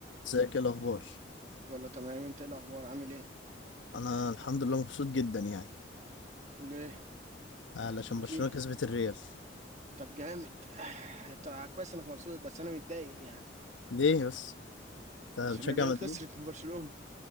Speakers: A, on the left; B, on the right.
A: ازيك ايه الاخبار
B: يقول له تمام انت ايه الاخبار عامل ايه
A: انا الحمد لله مبسوط جدا يعني
B: ليه
A: علشان
B: احكيلي
A: برشلونة كسبت الريال
B: طب جامد <sighs> طب كويس انك مبسوط بس انا متضايق يعني
A: ليه بس انت
B: عشان
A: بتشجع
B: الريال
A: مدريد
B: خسرت من برشلونة